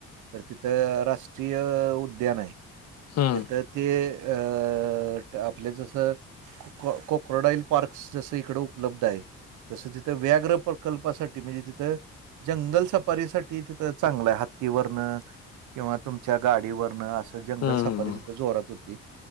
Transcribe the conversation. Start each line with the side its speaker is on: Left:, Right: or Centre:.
Right: तर तिथं रा <unintelligible> उद्यान आहे
Left: हम्म
Right: तथ ते अ तर आपल्या जसं कोक कोक्रोडाइल पार्कस जसं इकडं उपलब्ध हाय. तसं तिथं व्याग्र प्रकल्पासाठी म्हणजे तिथं जंगल सफारीसाठी तिथं चांगलं हत्तीवरण किंवा तुमच्या गाडीवरन अस. जंगल
Left: हम्म
Right: सपारी
Left: हम्म
Right: तिथ जोरात होती